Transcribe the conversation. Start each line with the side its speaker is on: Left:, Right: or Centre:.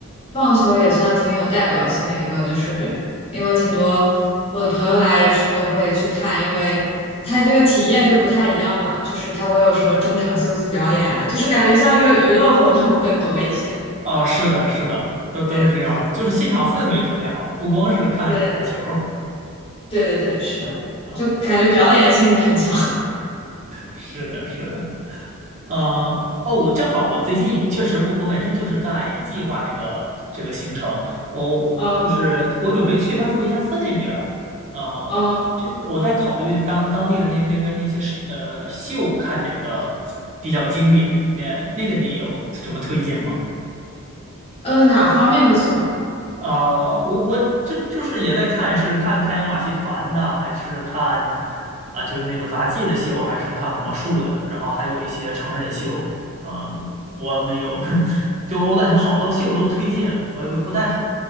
Left: 棒球也算挺有代表性的一个，就是因为挺多我的朋友来也是都会去看，因为他那个体验就不太一样嘛，就是他会有什么中场休息表演啊，就是感觉像一个娱乐活动更多一些。
Right: 啊，是的，是的，都都是这样，
Left: 对
Right: 就是现场氛围特别好，不光是看打球儿
Left: 对对对，对，是的，
Right: 啊，
Left: 就感觉表演性很强。
Right: 是的，是的。呃，哦，我正好，我最近也确实不，我本身就是在计划这个这个行程，我、
Left: 嗯
Right: 就是我准备去拉斯维加斯那边儿，呃，
Left: 嗯
Right: 就我在考虑当当地的那那边那些是呃秀看哪个比较经典，那那个你有什么推荐吗？
Left: 呃，哪方面的秀？
Right: 呃，我我这就是也在看，是看太阳马戏团的，还是看啊、就是那种杂技的秀，还是看魔术的，然后还有一些成人秀。嗯、我没有，<laughs> 就我感觉好多秀都推荐，我也不太